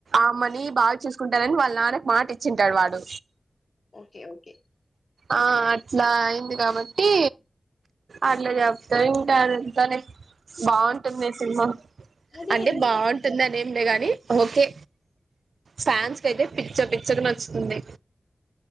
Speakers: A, on the right (about 85°); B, on the left (about 60°).
A: ఆమెన్ ని బాగా చూసుకుంటానని వాళ్ళ నాన్నకు మాట ఇచ్చింటాడు వాడు
B: ఓకే ఓకే
A: ఆ అట్లా అయింది కాబట్టి అట్లా చేప్తారు ఇంకా అదంతానే బాగుంటుంది సినిమా
B: అది
A: అంటే
B: ఎంత
A: బాగుంటుందనే ఉండే గాని ఓకే ఫ్యాన్స్ కు అయితే పిచ్చ పిచ్చకు నచ్చుతుంది